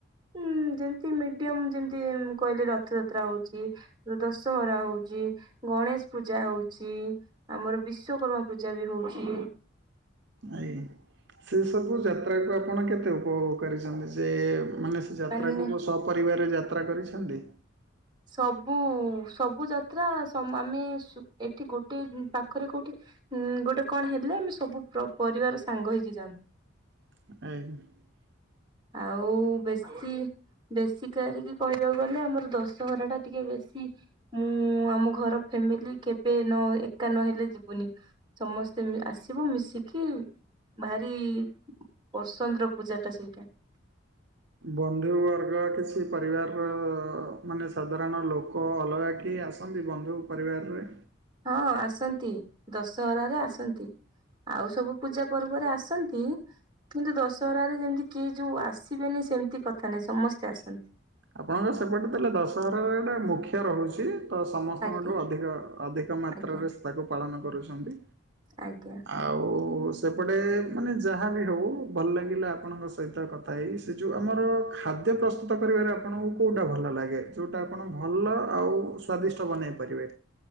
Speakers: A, on the right; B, on the right.
A: ହଁ ଯେମିତି ମିଡିୟମ ଯେମିତି କହିଲେ ରଥଯାତ୍ରା ହଉଛି ଦଶହରା ହଉଛି, ଗଣେଶ ପୂଜା ହଉଛି ଆମର ବିଶ୍ଵକର୍ମା ପୂଜା ବି ହଉଛି।
B: ଆ ସେ ସବୁ ଯାତ୍ରାକୁ ଆପଣ କେତେ ଉପଭୋଗ କରିଛନ୍ତି ଯେ ମାନେ ସେ ଯାତ୍ରାକୁ
A: ମାନେ
B: ସପରିବାରରେ ଯାତ୍ରା କରିଛନ୍ତି।
A: ସବୁ ସବୁ ଯାତ୍ରା ଆମେ ଏଠି ଗୋଟେ ପାଖରେ କୋଉଠି ହଁ ଗୋଟେ କଣ ହେଲେ ଆମେ ସବୁ ପରିବାର ସାଙ୍ଗ ହେଇକି ଯାଆନ୍ତୁ।
B: <unintelligible>
A: ଆଉ ବେଶୀ ବେଶୀ କରି କହିବାକୁ ଗଲେ ଆମର ଦଶହରା ଟା ଟିକେ ବେଶୀ ମୁଁ ଆମ ଘର ଫ୍ୟାମିଲି କେବେ ନ ଏକା ନହେଲେ ଯିବୁନି। ସମସ୍ତେ ଆସିବୁ ମିଶିକି ଭାରି ବସନ୍ତର ପୂଜା ଟା ସେଇଟା।
B: ବନ୍ଧୁ ବର୍ଗ କିଛି ପରିବାରର ମାନେ ସାଧାରଣ ଲୋକ ଅଲଗା କି ଆସ ଆସନ୍ତି ବନ୍ଧୁ ପରିବାରରେ
A: ହଁ ଆସନ୍ତି ଦଶହରାରେ ଆସନ୍ତି। ଆଉ ସବୁ ପୂଜା ପର୍ବରେ ଆସନ୍ତି। କିନ୍ତୁ ଦଶହରାରେ ଯେମିତି କିଏ ଯୋଉ ଆସିବେନି ସେମିତି କଥା ନାହିଁ ସମସ୍ତେ ଆସନ୍ତି।
B: ଆପଣଙ୍କ ସେପଟେ ତାହେଲେ ଦଶହରଟା ମୁଖ୍ୟ ରହୁଛି। ତ ସମସ୍ତଙ୍କଠୁ
A: ଆଜ୍ଞା
B: ଅଧିକ ଅଧିକ ମାତ୍ରାରେ
A: ଆଜ୍ଞା
B: ତାକୁ ପାଳନ କରୁଛନ୍ତି।
A: ଆଜ୍ଞା।
B: ଆଉ ସେପଟେ ମାନେ ଯାହାବି ହେଉ ଭଲ ଲାଗିଲା ଆପଣଙ୍କ ସହିତ କଥା ହେଇ। ସେ ଯେଉଁ ଆମର ଖାଦ୍ୟ ପ୍ରସ୍ତୁତ କରିବାରେ ଆପଣଙ୍କୁ କଉଟା ଭଲ ଲାଗେ ଯଉଟା ଆପଣ ଭଲ ଆଉ ସ୍ଵାଦିଷ୍ଟ ବନେଇ ପାରିବେ?